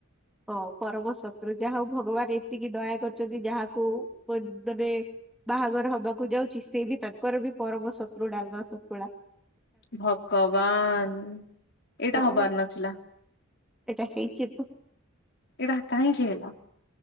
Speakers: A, in the centre; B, on the left (about 55°).
A: ହଁ ପରମ ଶତ୍ରୁ ଯାହା ହଉ ଭଗବାନ ଏତିକି ଦୟା କରିଛନ୍ତି ଯାହାକୁ <unintelligible> ବାହାଘର ହବାକୁ ଯାଉଛି ସେ ବି ତାଙ୍କର ବି ପରମ ଶତ୍ରୁ ଡାଲମା ଶନ୍ତୁଳା।
B: ଭଗବାନ ଏଇଟା
A: ତ
B: ହବାର ନଥିଲା।
A: ଏଇଟା ହେଇଛି ତ।
B: ଏଇଟା କାହିଁକି ହେଲା?